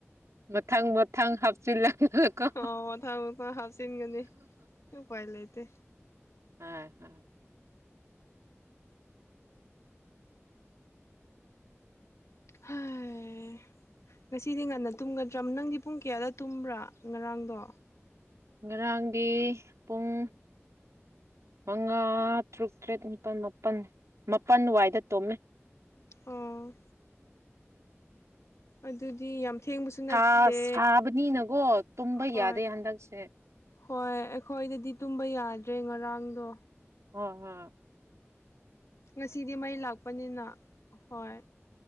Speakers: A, on the right; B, on the left.
A: ꯃꯊꯪ ꯊꯪ ꯍꯥꯞꯆꯤꯜꯂꯒꯀꯣ
B: ꯑꯣ ꯃꯊꯪ ꯃꯊꯪ ꯍꯥꯞꯆꯤꯟꯒꯅꯤ ꯎꯄꯥꯏ ꯂꯩꯇꯦ
A: <unintelligible>
B: ꯍꯥꯏ ꯉꯁꯤꯗꯤ ꯉꯟꯅ ꯇꯨꯝꯒꯗ꯭ꯔꯥ ꯅꯪꯗꯤ ꯄꯨꯡ ꯀꯌꯥꯗ ꯇꯨꯝꯕ꯭ꯔꯥ ꯉꯔꯥꯡꯗꯣ
A: ꯉꯔꯥꯡꯗꯤ ꯄꯨꯡ ꯃꯉꯥ ꯇꯔꯨꯛ ꯇꯔꯦꯠ ꯅꯤꯄꯥꯟ ꯃꯥꯄꯟ ꯃꯥꯄꯟ ꯋꯥꯏꯗ ꯇꯨꯝꯃꯦ
B: ꯑꯣ ꯑꯗꯨꯗꯤ ꯌꯥꯝ ꯊꯦꯡꯕꯁꯨ ꯅꯠꯇꯦ
A: ꯁꯥ ꯁꯕꯅꯤꯅꯀꯣ ꯇꯨꯝꯕ
B: ꯑꯍꯣꯏ
A: ꯌꯥꯗꯦ ꯍꯟꯗꯛꯁꯦ
B: ꯍꯣꯏ ꯑꯩꯈꯣꯏꯗꯗꯤ ꯇꯨꯝꯕ ꯌꯥꯗ꯭ꯔꯦ ꯉꯔꯥꯡꯗꯣ
A: <unintelligible>
B: ꯉꯁꯤꯗꯤ ꯃꯩ ꯂꯥꯛꯄꯅꯤꯅ ꯍꯣꯏ